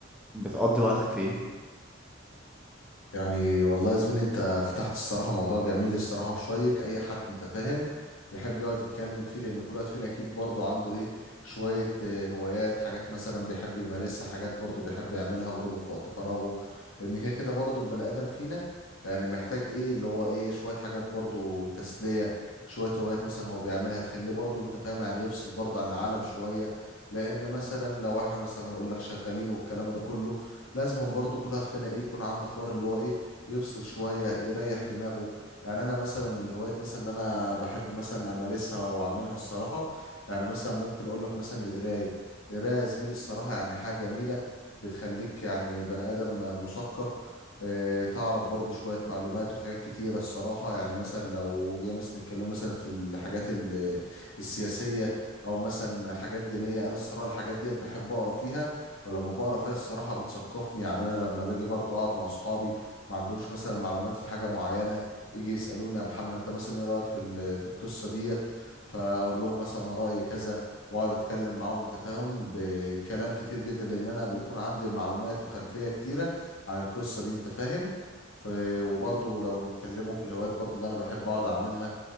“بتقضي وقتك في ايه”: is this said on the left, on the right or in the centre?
Centre